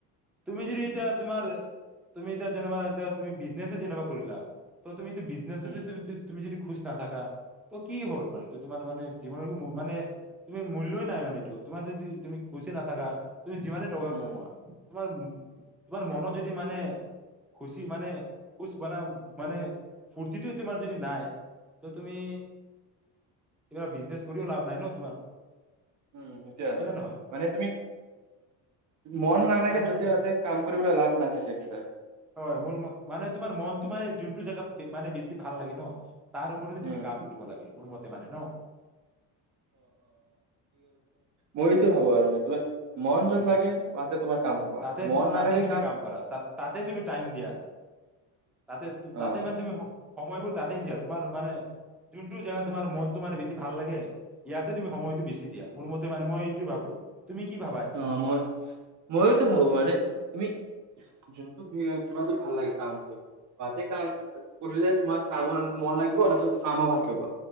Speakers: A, in the centre; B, on the right.
A: তুমি যদি এতিয়া তোমাৰ তুমি এতিয়া যেনো এতিয়া তুমি বিজনেচ যেনেিবা কৰিলা তুমি এইটো বিজনেছছে
B: উম
A: যদি তুমি যদি খুচ নাথাকা ত কি হ'ল মানে এইটো তোমাৰ মানে জীৱনৰ মানে তুমি মূল্যই নাই মানে এইটো তোমাৰ যদি তুমি খুচি নাথাকা তুমি যিমানে টকা
B: উম
A: কমোৱা তোমাৰ তোমাৰ মনত যদি মানে খুচি মানে খুজ মান মানে ফূুৰ্তিটো তোমাৰ যদি নাই ত তুমি কিবা বিজনেছ কৰিও লাভ নাই ন তোমাৰ
B: উম এতিয়া আৰু
A: হয় নে নহয়
B: মানে তুমি মন নালাগে
A: মানে
B: যতে ততে কাম কৰিবলৈ লাভ নাথাকে কতিয়া
A: হয় মোৰ ম- মানে তোমাৰ মনটো মানে যোনটো জেগাত মানে বেছি ভাল লাগে ন তাৰ ওপৰতে যদি
B: উম
A: তুমি কাম কৰিব লাগে মোৰ ম মানে ন
B: মইতো ভাবো আৰু মানে তোমাৰ মন য'ত
A: উ
B: লাগে তাতে তোমাৰ কাম হ'ব আৰু
A: তাতে
B: মন
A: তাতে
B: নালাগে
A: তুমি কাম কৰা তা তাতে তুমি টাইম দিয়া তাতে
B: অ
A: তাতে মানে তুমি সময়বোৰ তাতে দিয়া তোমাৰ মানে যোনটো জেগাত তোমাৰ মনতটো মানে বেছি ভাল লাগে ইয়াতে তুমি সময়তটো বেছি দিয়া মোৰ মতে মানে মই এইটো ভাবো তুমি কি ভ
B: অ মই ময়োতো ভাবো মানে তুমি যোনটো ভ কিবাো ভাল লাগে কামটো বাাতে কাম কৰিলে তোমাৰ কাম মন লাগিব নচো কামো ভাল থাব